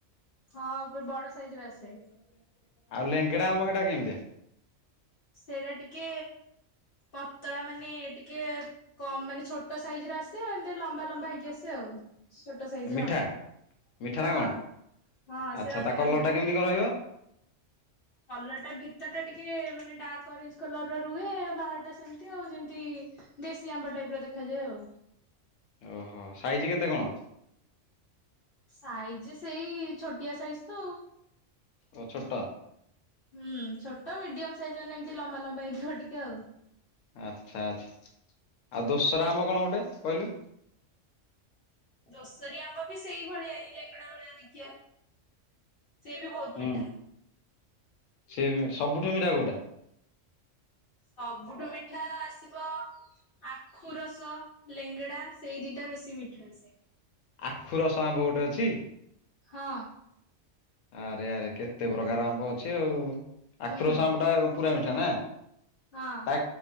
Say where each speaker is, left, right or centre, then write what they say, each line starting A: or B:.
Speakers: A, on the left; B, on the left.
A: ଆଉ ହଁ ବଡ
B: <inaudible>
A: ସାଇଜ ର ଆସେ
B: ଆଉ ଲେଙ୍ଗଡା ଆମ୍ବ ହେଟା କେମିତିଆ?
A: ସେଇଟା ଟିକେ ପତଳା ମାନେ ଟିକେ କମ ମାନେ ଛୋଟ ସାଇଜ ର ଆସେ ଏମତି ଲମ୍ବା ଲମ୍ବା ହେଇକି ଆସେ ଆଉ। ଛୋଟ ସାଇଜ
B: ମିଠା
A: ର
B: ମିଠା ନା
A: ହଁ
B: କଣ?
A: ହଁ
B: ଆଚ୍ଛା
A: ସେ ଅଧିକା
B: ତା କଲର
A: ମିଠା।
B: ଟା କେମିତି କଣ ରହିବ?
A: କଲର ଟା ଭିତର ଟା ଟିକେ ମାନେ ଡାର୍କ ଅରେଞ୍ଜ କଲର ର ରୁହେ ବାହାର ଟା ସେମତି ଆଉ ଯେମତି ଦେଶୀ ଆମ୍ବ ଟାଇପ ର ଦେଖାଯାଏ ଆଉ।
B: ଓହୋ ସାଇଜ କେତେ କଣ?
A: ସାଇଜ ସେଇ ଛୋଟିଆ ସାଇଜ ତ ଆଉ।
B: ଓ ଛୋଟ
A: ହୁଁ ଛୋଟ ମିଡିୟମ ସାଇଜ୍ ମାନ ଏମିତି ଲମ୍ବା ଲମ୍ବା ହେଇଥିବ ଟିକେ ଆଉ।
B: ଆଚ୍ଛା ଆଛା। ଆଉ ଦୋସରା ଆମ କଣ ଗୋଟେ କହିଲୁ।
A: ଦୋଷରି ଆମ୍ବ ବି ସେଇଭଳିଆ ଏଇ ଲେଙ୍ଗଡା ଭଳିଆ ଦେଖିବାକୁ। ସେ ବି ବହୁତ
B: ହୁଁ
A: ମିଠା।
B: ସେ ସବୁଠୁ ମିଠା ଗୋଟେ <inaudible>
A: ସବୁଠୁ ମିଠା ଆସିବ ଆଖୁ ରସ, ଲେଙ୍ଗଡା ସେଇ ଦିଟା ବେଶୀ ମିଠା ଆସେ।
B: ଆଖୁ ରସ ଆମ୍ୱ ଗୋଟେ ଅଛି।
A: ହଁ।
B: ଆରେ ଆରେ କେତେ ପ୍ରକାର ଆମ୍ୱ ଅଛି ଆଉ।
A: ହୁଁ
B: ଆଖୁର ଆମ୍ୱ ଟା ପୁରା ମିଠା ନା
A: ହଁ
B: ତା